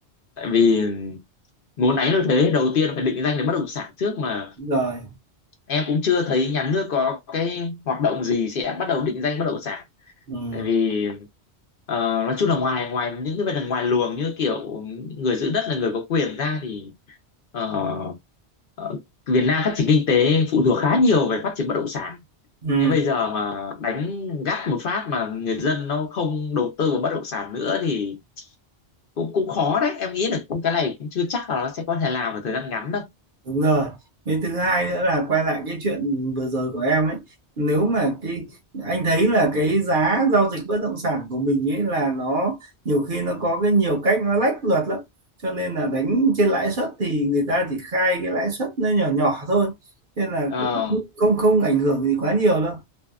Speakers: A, on the left; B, on the right.
A: Tại vì muốn đánh được thế đầu tiên phải định danh về bất động sản trước mà
B: đúng rồi
A: em cũng chưa thấy nhà nước có cái hoạt động gì sẽ bắt đầu định danh bất động sản
B: ừ,
A: tại vì ờ, nói chung là ngoài ngoài những cái vấn đề ngoài luồng như kiểu người giữ đất là người có quyền ra thì ờ, ờ, Việt Nam phát triển kinh tế phụ thuộc khá nhiều về phát triển bất động sản
B: ừ.
A: nên bây giờ mà đánh gắt một phát mà người dân nó không đầu tư vào bất động sản nữa thì cũng cũng khó đấy em nghĩ là cũng cái này cũng chưa chắc là nó sẽ có thể làm vào thời gian ngắn đâu
B: Đúng rồi. Cái thứ hai nữa là quay lại cái chuyện vừa rồi của em ấy. Nếu mà cái anh thấy là cái giá giao dịch bất động sản của mình ấy là nó nhiều khi nó có cái nhiều cách nó lách luật lắm. Cho nên là đánh trên lãi suất thì người ta chỉ khai cái lãi suất nó nhỏ nhỏ thôi. Nên là
A: Ờ,
B: cũng không không ảnh hưởng gì quá nhiều đâu.